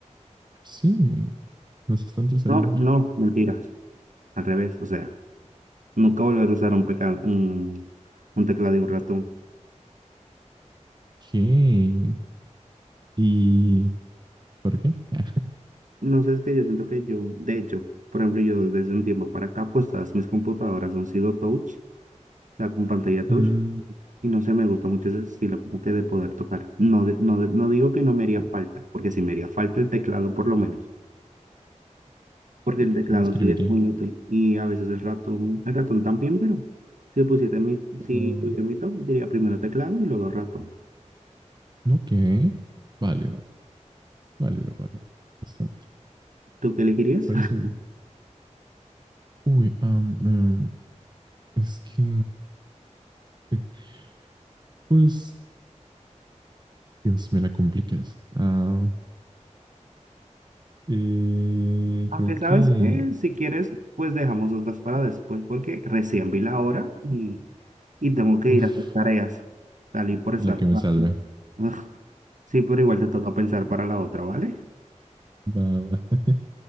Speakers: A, on the right (about 35°); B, on the right (about 85°).
A: Sí, no es tanto el celular.
B: No, no, mentiras. Al revés, o sea, nunca volveré a usar un, peca- un, un teclado y un ratón.
A: ¿Qué? ¿Y por qué? <laughs>
B: No sé, es que yo siento que yo, de hecho, por ejemplo, yo desde un tiempo para acá, pues todas mis computadoras han sido touch sea, con pantalla touch.
A: Mm,
B: Y no sé, me gusta mucho ese estilo como que de poder tocar. No, de- no, de- no digo que no me haría falta, porque sí me haría falta el teclado por lo menos, porque el teclado
A: ¿Cómo escribiría?
B: sí es muy útil y a veces el ratón, el ratón también, pero si pusiera mi,
A: Pero,
B: si tuviera mi top, diría primero teclado y luego ratón.
A: no, ¿qué? Válido, válido, válido. Bastante.
B: ¿Tú qué elegirías?
A: Parece
B: <laughs>
A: bien. Uy, am, em, es que, <laughs> pues, Dios, me la complicas. Ah, eh,
B: Aunque
A: creo
B: sabes
A: que,
B: que si quieres, pues dejamos otras para después, porque recién vi la hora y, y tengo que
A: uf,
B: ir a hacer tareas. Salí por estar
A: la que me
B: jugando.
A: salve.
B: <laughs> Sí, pero igual te toca pensar para la otra, ¿vale?
A: Va, va. <laughs>